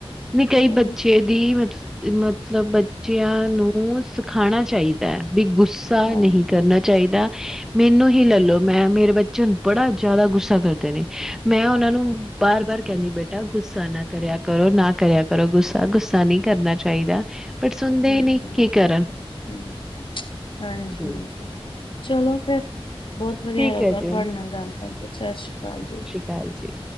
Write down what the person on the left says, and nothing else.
ਚਲੋ
ਹਾਂਜੀ
ਹਾਂਜੀ
ਹ
ਹਾਂਜੀ-ਹਾਂਜੀ।
ਚਲੋ ਫੇਰ ਬਹੁਤ ਵਧੀਆ
ਲੱਗਆ
ਤੁਹਾਡੇ ਨਾਲ ਗੱਲ ਕਰਕੇ ਸਤਿ ਸ਼੍ਰੀ ਅਕਾਲ ਜੀ।